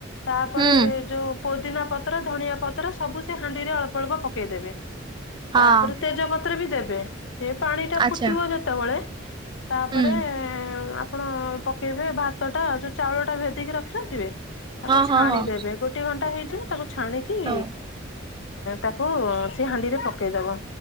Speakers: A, on the left (about 70°); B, on the right (about 25°).
A: ତାପରେ
B: ହୁଁ
A: ଯୋଉ ପୋଦିନା ପତ୍ର ଧନଆ ପତ୍ର ସବୁ ସେ ହାଣ୍ଡି ରେ ଅଳ୍ପ ଅଳ୍ପ ପକେଇଦେବେ।
B: ହଁ
A: ତାପରେ ତେଜପତ୍ର ବି ଦେବେ ସେ ପାଣି ଟା
B: ଆଚ୍ଛା
A: ଫୁଟିବ ଯେତବଳେ ତାପରେ
B: ହୁଁ
A: ଆପଣ ପକେଇବେ ଭାତଟା ଯୋଉ ଚାଉଳ ଟା ଭେଦେଇକି ରଖିିନଥିବେ ତାକୁ
B: ହଁ
A: ଛାଣିଦେବେ
B: ହଁ ହଁ
A: ଗୋ ଗୋଟେ ଘଣ୍ଟା ହେଇଜିବ ତାକୁ ଛାଣିକି,
B: ହଁ
A: ତାକୁ ସେ ହାଣ୍ଡିରେ ପକେଇବ।